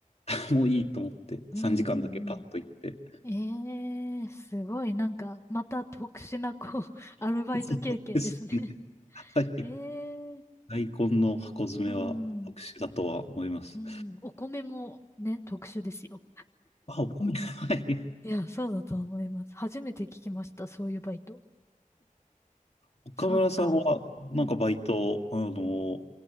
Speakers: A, on the left (about 50°); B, on the left (about 20°).
A: <laughs> もういいと思って、
B: うん
A: 3時間だけパッと行って。
B: うん。ええー、すごい。なんか、また特殊な、こう、<laughs> アルバイト経験ですね。
A: そうですね、
B: <laughs>
A: はい。
B: ええー、
A: 大根の箱詰めは特殊だとは思います。
B: うん。うん。お米もね、特殊ですよ。
A: あ、岡村、はい。
B: いや、そうだと思います。初めて聞きました。そういうバイト。
A: 岡村さんは、
B: そうか。
A: なんかバイト、
B: うん。
A: あの、